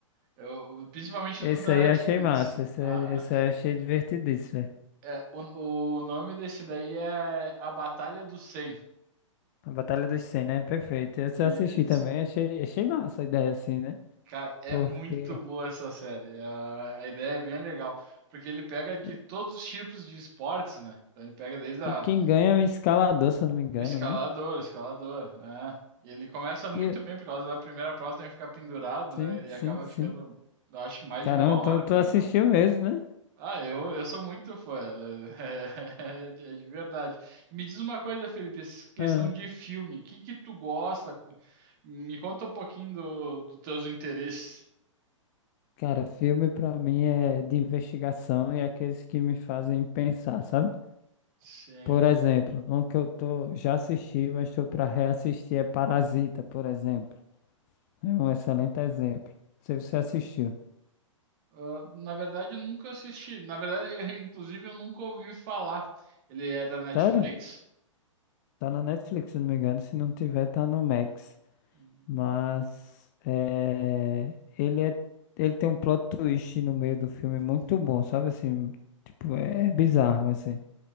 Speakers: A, on the right; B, on the left.
A: Eu... Principalmente
B: Esse
A: dos da
B: aí
A: Netflix.
B: eu achei massa, esse,
A: Aham.
B: aí- esse aí eu achei divertidíssimo, velho.
A: É, o, o nome desse daí é A Batalha do 100.
B: A Batalha dos cem né? Perfeito. Esse
A: Isso.
B: eu assisti também, achei, achei massa a ideia assim, né?
A: Cara, é
B: Porque...
A: muito boa essa série. A, a ideia é bem legal. Porque ele pega de
B: E
A: todos os tipos de esportes, né? Então ele pega desde a
B: e quem ganha é um escalador, se eu não me engano,
A: O escalador,
B: né?
A: o escalador, é. E Ele começa muito
B: E,
A: bem por causa da primeira prova, tem que ficar pendurado,
B: Sim,
A: né? Ele
B: sim,
A: acaba
B: sim.
A: ficando, acho que mais
B: Caramba,
A: de uma hora
B: tu, tu
A: pendurado.
B: assistiu mesmo, né?
A: Ah, eu, eu sou muito fã, <laughs> é, de é de verdade. Me diz uma coisa, Felipe, essa questão
B: Ah,
A: de filme, o que que tu gosta? Me conta um pouquinho do, dos teus interesses.
B: cara, filme pra mim é de investigação e aqueles que me fazem pensar, sabe?
A: Sim.
B: Por exemplo, um que eu tô, já assisti, mas tô pra reassistir é Parasita, por exemplo. É um excelente exemplo. Se você assistiu.
A: Ah, na verdade, eu nunca assisti. Na verdade, eu- <laughs> inclusive, eu nunca ouvi falar. Ele é da Netflix?
B: Sério? Tá na Netflix, se não me engano. Se não tiver, tá no Max.
A: Hum.
B: Mas é, ele é, ele tem um plot twist no meio do filme muito bom, sabe? Assim, tipo, é bizarro, assim.